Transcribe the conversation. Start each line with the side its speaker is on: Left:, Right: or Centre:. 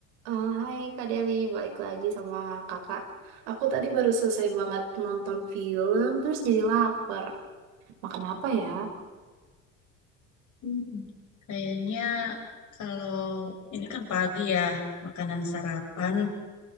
Right: Eh, hai Kak Deli, balik lagi sama kakak. Aku tadi baru selesai banget nonton film, terus jadi lapar. Makan apa ya?
Left: Hmm, Kayaknya kalau ini kan pagi ya, makanan sarapan